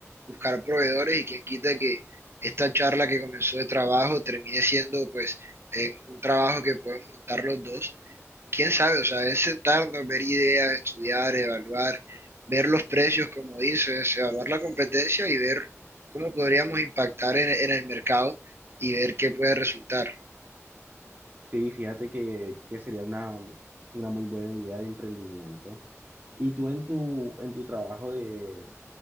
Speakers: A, on the right (about 50°); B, on the right (about 30°).
A: buscar proveedores y quien quita que esta charla que comenzó de trabajo termine siendo pues eh, un trabajo que podemos montar los dos quién sabe, o sea, es sentarnos, ver ideas, estudiar, evaluar, ver los precios, como dices, evaluar la competencia y ver cómo podríamos impactar en, en el mercado y ver qué puede resultar.
B: Sí, fíjate que, que sería una, una muy buena idea de emprendimiento. Y tú en tu, en tu trabajo de,